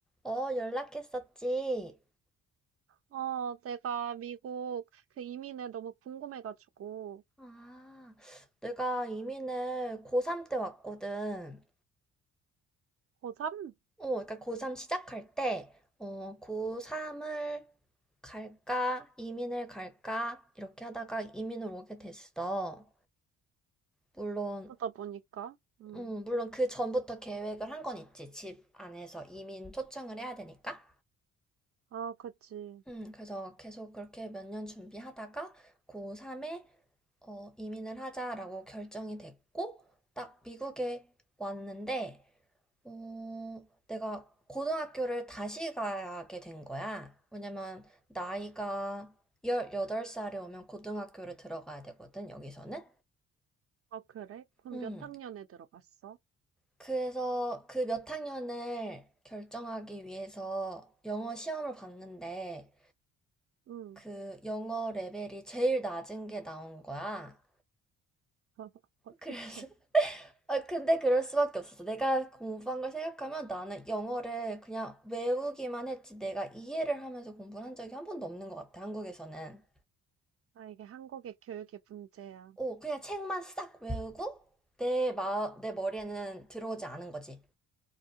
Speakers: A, in the centre; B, on the right.
A: 어, 연락했었지.
B: 어, 내가 미국 그 이민을 너무 궁금해가지고,
A: 아, 내가 이민을 고3 때 왔거든.
B: 고3?
A: 어, 그러니까 고3 시작할 때, 어, 고3을 갈까, 이민을 갈까, 이렇게 하다가 이민을 오게 됐어. 물론,
B: 그러다 보니까, 음.
A: 음, 물론 그 전부터 계획을 한 건 있지. 집 안에서 이민 초청을 해야 되니까.
B: 아, 그치.
A: 음, 그래서 계속 그렇게 몇 년 준비하다가 고3에 어, 이민을 하자라고 결정이 됐고, 딱 미국에 왔는데, 어, 내가 고등학교를 다시 가게 된 거야. 왜냐면 나이가 18살에 오면 고등학교를 들어가야 되거든, 여기서는.
B: 아, 그래? 그럼
A: 음,
B: 몇 학년에 들어갔어?
A: 그래서 그 몇 학년을 결정하기 위해서 영어 시험을 봤는데,
B: 응.
A: 그 영어 레벨이 제일 낮은 게 나온 거야.
B: <laughs> 어떡해.
A: 그래서 <laughs> 아 근데 그럴 수밖에 없었어. 내가 공부한 걸 생각하면 나는 영어를 그냥 외우기만 했지 내가 이해를 하면서 공부를 한 적이 한 번도 없는 것 같아. 한국에서는.
B: 아, 이게 한국의 교육의 문제야.
A: 오, 그냥 책만 싹 외우고 내 마, 내 머리에는 들어오지 않은 거지.